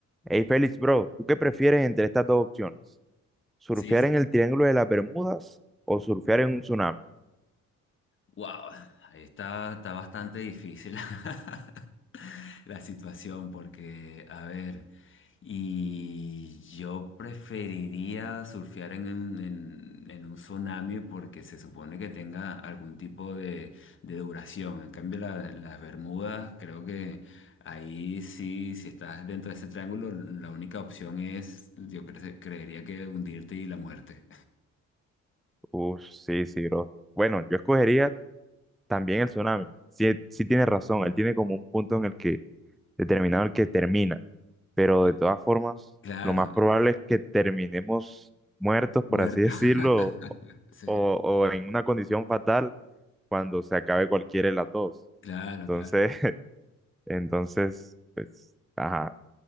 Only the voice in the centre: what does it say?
Hey Félix, bro, ¿tú qué prefieres entre estas dos opciones? ¿Surfear
en el Triángulo de las Bermudas o surfear en un tsunami?
Uf, sí, sí, bro. Bueno, yo escogería también el tsunami. Sí, sí tienes razón, él tiene como un punto en el que determinado el que termina, pero
de todas formas,
lo más probable es que terminemos muertos, por
así <laughs> decirlo,
o, o en una condición fatal cuando se acabe cualquiera de las dos.
Entonces,
<laughs> entonces, pues, ajá.